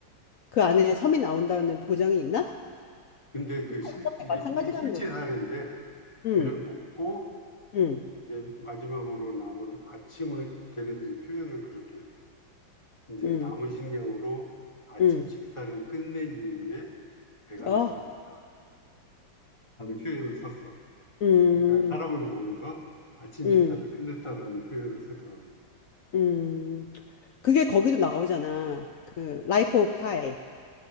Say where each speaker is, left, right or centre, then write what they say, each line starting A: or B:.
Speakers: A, on the left; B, on the left.
A: 그 안에 섬이 나온다는 보장이 있나?
B: 근데 그 실,
A: 어차피
B: 이게,
A: 마찬가지라는
B: 이게 실제
A: 거지.
B: 사례인데,
A: 응,
B: 걔를 먹고,
A: 응,
B: 이제 마지막으로 남은 아침을 걔네들이 표현을 그렇게 해서, 이제
A: 응,
B: 남은 식량으로 아침
A: 응.
B: 식사를 끝낸 이후에 배가
A: 어,
B: 나타났다라는 표현을 썼어.
A: 음,
B: 그러니까 사람을 먹으면서 아침
A: 음,
B: 식사를 끝냈다라는 표현을 쓰더라고.
A: 음. 그게 거기도 나오잖아. 그 라이프 오브 파이.